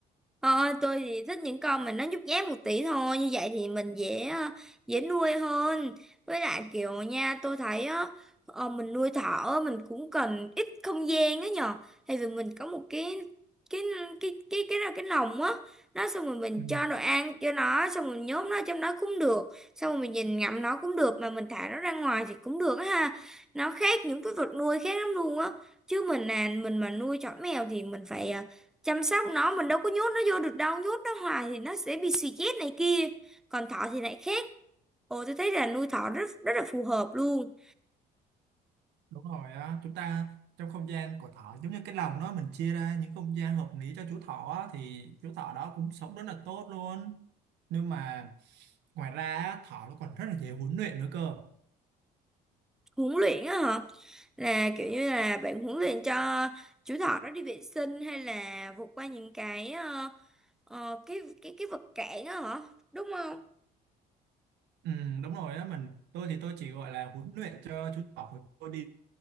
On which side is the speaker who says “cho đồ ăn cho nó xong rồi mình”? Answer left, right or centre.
Centre